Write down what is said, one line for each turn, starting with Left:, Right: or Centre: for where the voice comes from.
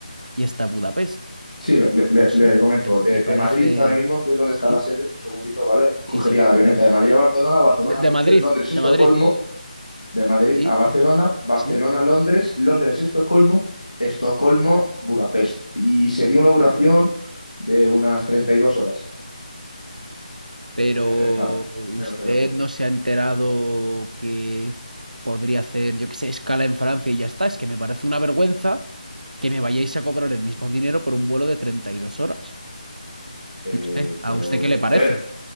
Right: y hasta Budapest.
Left: Sí, le, le- le-
Right: No sé,
Left: le comento,
Right: me,
Left: de,
Right: me parece...
Left: de Madrid ahora mismo, que es donde
Right: Sí,
Left: está la sede, un segundito, ¿vale?
Right: sí,
Left: Cogería
Right: sí. sí.
Left: la avioneta de Madrid a Barcelona, Barcelona
Right: De, de
Left: a Londres,
Right: Madrid,
Left: Londres a
Right: de
Left: Estocolmo,
Right: Madrid.
Left: de Madrid
Right: Sí,
Left: a Barcelona, Barcelona,
Right: sí.
Left: a Londres, Londres, a Estocolmo, Estocolmo, Budapest. Y sería una duración
Right: Ujú.
Left: de unas 32 horas,
Right: Pero
Left: porque hay que hacer escala
Right: usted
Left: en los aeropuertos.
Right: no se ha enterado que podría hacer, yo qué sé, escala en Francia y ya está. Es que me parece una vergüenza que me vayáis a cobrar el mismo dinero por un vuelo de 32 horas.
Left: Eh,
Right: No sé, ¿a
Left: pero,
Right: usted qué le parece?
Left: a ver,